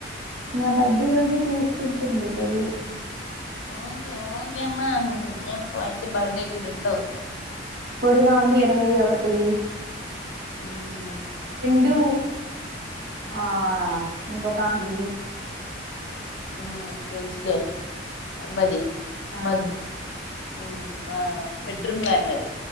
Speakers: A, on the right; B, on the left.
A: నా బర్డే రోజే చేసుకు కుండు పెళ్లి
B: ఓకే ఓకే అమ్మ ఏ పో అయితే బర్డేకి ఈడుండవ్
A: పొడుగా వంది ఇరవై ఒకటి
B: <inaudible>
A: ఇడు ఆ ఇంకొకామెది.
B: హ్మ్ తెలుసులే అమ్మది.
A: ఆ
B: మద్ హ్మ్ మ్మ్ బెడ్రూమ్ మా అమ్మది.